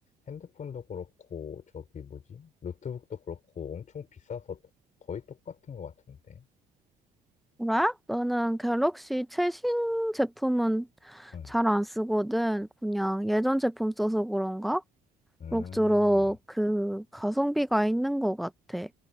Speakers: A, on the left (about 50°); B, in the centre.
A: 핸드폰도 그렇고, 저기 뭐지? 노트북도 그렇고 엄청 비싸서 거의 똑같은 것 같은데.
B: 뭐라? 나는 갤럭시 최신 제품은
A: 음,
B: 잘 안 쓰거든. 그냥 예전 제품 써서 그런가?
A: 음.
B: 그럭저럭 그 가성비가 있는 것 같아.